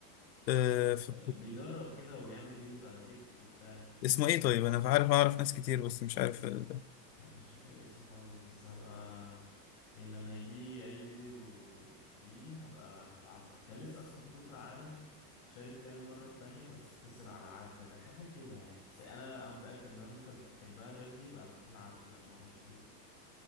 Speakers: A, on the left (about 85°); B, on the left (about 60°).
A: آه، ف-
B: آه، بيدرب كده وبيعمل فيديوز على تيك توك وبتاع
A: اسمه ايه طيب انا عارف اعرف ناس كتير بس مش عارف آه،
B: لا مش فاكر اسمه خالص بس هبقى يعني لما يجي لي اي فيديو ليه هبقى ابعت لك كان لسه اصلا في بطولة العالم شارك فيها المرة التانية بس خسر على عدة بحاجة كده يعني بس انا انا متأكد ما دام انت بتحبها الرياضة دي بقى تكون عارفه لان هو مشهور